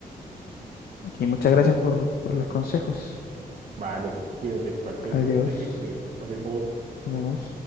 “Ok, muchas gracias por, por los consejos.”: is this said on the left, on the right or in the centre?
Left